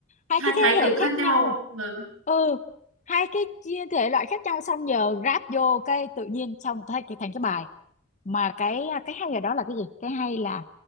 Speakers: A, on the left (about 35°); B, on the right (about 85°).
A: hai
B: hai
A: cái thế
B: thái cực
A: hệ
B: khác
A: khác
B: nhau.
A: nhau
B: Vâng,
A: ừ hai cái chia thể loại khác nhau xong giờ ráp vô cái tự nhiên xong thay cái thành cái bài mà cái à, cái hay ở đó là cái gì cái hay là